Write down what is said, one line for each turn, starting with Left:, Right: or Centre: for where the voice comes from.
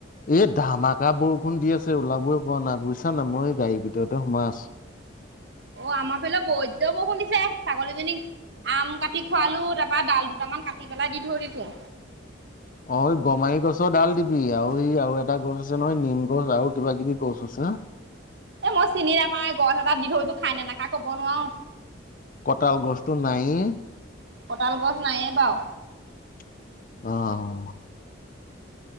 Left: এই ধামাকা বৰষুণ দি আছে, ওলাবই পৰা নাই বুইছা নাই, মই গাড়ীৰ ভিতৰতে সোমাই আছোঁ।
Right: অ', আমাৰ ফালে বৈদ্য বৰষুণ দিছে ছাগলীজনীক আম কাটি খোৱালো, তাপা ডাল দুটামান কাটি পেলাই দি থৈ দিছোঁ।
Left: অ', গমাৰি গছৰ ডাল দিবি আৰু এই আৰু এটা গছ আছে নহয়, নিম গছ আৰু কিবা কিবি গছ আছে।
Right: এ, মই চিনি নাপাওঁ গছ এটা দি থৈছোঁ খাই নে, নাখাই ক'ব নোৱাৰোঁ।
Left: কঁতাল গছতটো নাইয়ে।
Right: কঁতাল গছ নাইয়ে বাৰু।
Left: আহ।